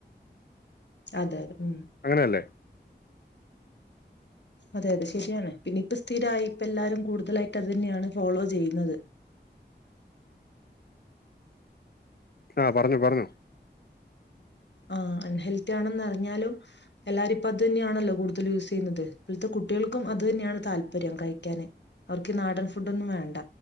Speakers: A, on the left; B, on the left.
A: അതെ അതെ ഉം
B: അങ്ങനെയല്ലേ?
A: അതെ അതെ ശരിയാണ് പിന്നെ ഇപ്പ സ്ഥിരായി ഇപ്പ എല്ലാരും കൂടുതലായിട്ട് അത് തന്നെയാണ് ഫോളോ ചെയ്യുന്നത്
B: ആഹ് പറഞ്ഞോ പറഞ്ഞോ
A: ആഹ് അൺഹെൽത്തി ആണെന്നറിഞ്ഞാലും എല്ലാരും ഇപ്പ അത് തന്നെയാണല്ലോ കൂടുതൽ യൂസ് ചെയ്യുന്നത് ഇപ്പോഴ്‌ത്ത കുട്ടികൾക്കും അത് തന്നെയാണ് താല്പര്യം കഴിക്കാന് അവർക്ക് നാടൻ ഫുഡൊന്നും വേണ്ട